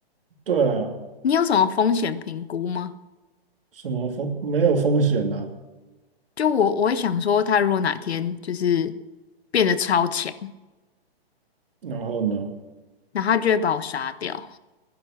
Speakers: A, on the right (about 60°); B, on the left (about 90°).
A: 对啊，
B: 你有什么风险评估吗？
A: 什么风没有风险呐、
B: 就我，我会想说，他如果哪天就是变得超强，
A: 然后呢？
B: 然后他就会把我杀掉，